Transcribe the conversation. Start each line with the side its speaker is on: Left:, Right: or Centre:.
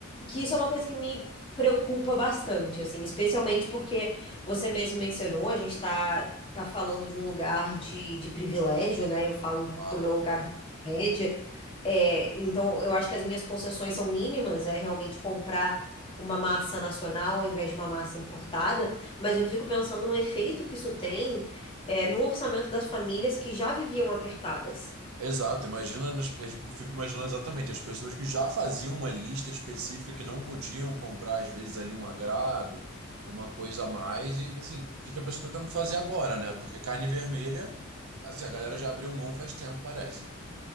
Left: que isso é uma coisa que me preocupa bastante, assim, especialmente porque você mesmo mencionou, a gente tá, tá falando de um lugar de, de privilégio, né? Eu falo
Right: Claro.
Left: do meu lugar de média. É, então, eu acho que as minhas concessões são mínimas, é realmente comprar uma massa nacional ao invés de uma massa importada, mas eu fico pensando no efeito que isso tem, é, no orçamento das famílias que já viviam apertadas.
Right: Exato, imagina, nas- eu fico imaginando exatamente as pessoas que já faziam uma lista específica que não podiam comprar, às vezes, ali um agrado, uma coisa a mais, e assim, o que que a pessoa está tendo que fazer agora, né? Porque carne vermelha, assim, a galera já abriu mão faz tempo, parece.